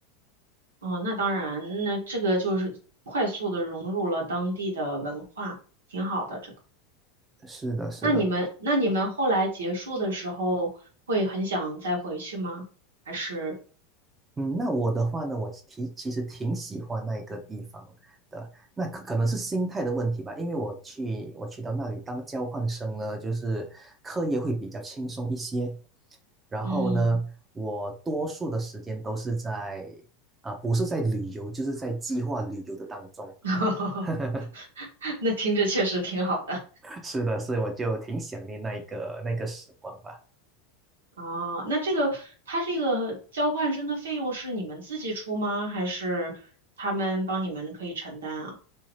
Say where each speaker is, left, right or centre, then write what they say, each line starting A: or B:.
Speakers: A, on the right; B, on the right.
A: 哦，那当然，那这个就是快速的融入了当地的文化，挺好的这个。
B: 是的，是的，
A: 那你们那你们后来结束的时候会很想再回去吗？还是
B: 嗯，那我的话呢，我其其实挺喜欢那一个地方的，那可可能是心态的问题吧，因为我去我去到那里当交换生呢，就是课业会比较轻松一些，然后呢，
A: 嗯，
B: 我多数的时间都是在啊、不是在旅游，就是在计划旅游的当中。
A: <laughs>
B: <laughs>
A: 那听着确实挺好的。
B: 是的，所以我就挺想念那一个那个时光吧。
A: 哦，那这个他这个交换生的费用是你们自己出吗？还是他们帮你们可以承担啊？